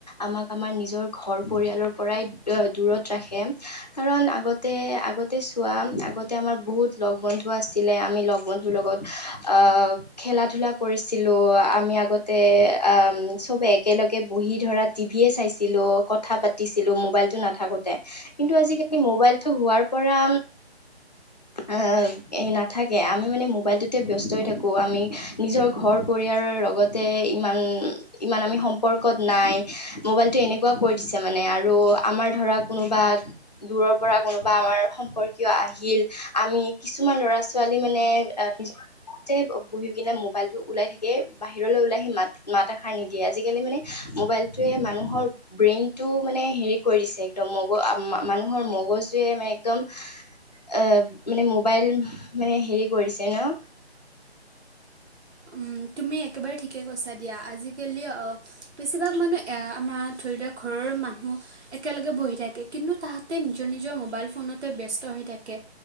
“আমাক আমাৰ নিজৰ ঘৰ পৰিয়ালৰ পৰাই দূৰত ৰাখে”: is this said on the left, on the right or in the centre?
Left